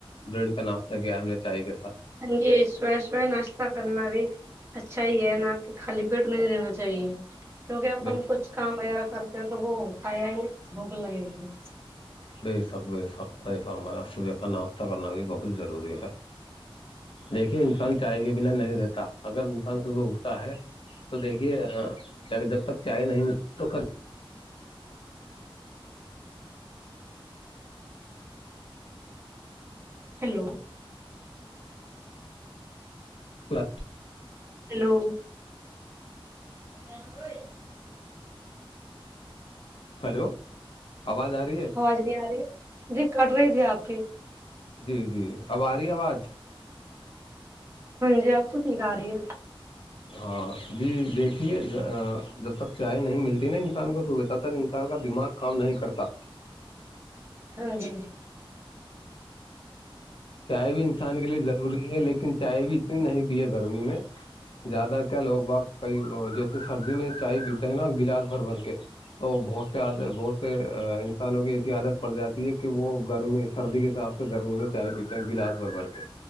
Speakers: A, on the left; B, on the right.
A: بریڈ کا ناشہ کیا ہم نے چائے کے ساتھ
B: ہ جی سو سوئے ناشتتا کرنا بھی اچھا ہی ہے نا کہ خالی پیٹ نہیں رہنا چاہیے کیوںکہ اپن
A: بے
B: کچھ کام وغیرہ کرتے ہیں تو وہ آیا ہی بھوک لگے گی ب
A: بے شک بے شک کئی فرمایا صبح کا ناشتہ کرنا بھی بہت ضروری ہے دیکھیے انسان چائے کے بنا نہیں رہتا اگر انسان صبح اٹھتا ہے تو دیکھیے جب تک چائے نہیں ملتی تو
B: ہیلو
A: پورا
B: ہیلو ا آ کو
A: ہلو آواز آ رہی ہے
B: آواز نہیں آ رہی جی کٹ رہی تھی آپ کی
A: جی جی اب آ رہی آواز
B: ہاں جی آپ تو ٹھیک آ رہی ہے
A: ہاں جی دیکھیے جب تک چائے نہیں ملتی نا انسان کو صبح تب تک انسان کا دماغ کام نہیں کرتا
B: ہاں جی
A: چائے بھی انسان کے لیے ضروری ہے لیکن چائے بھی اتنی نہیں پی ہے گرمی میں زیادہ کیا لوگ با کئی جیسے سردی میں چائے پیتے ہیں نا گلاس بھر بھر کے تو بہت سے عادت بہت سے انسانوں کی ایسی عادت پڑ جاتی ہے کہ وہ گرمی سردی کے ساتھ س سے گرمینے چائے پیتے ہیں گلاس بھر بھر کے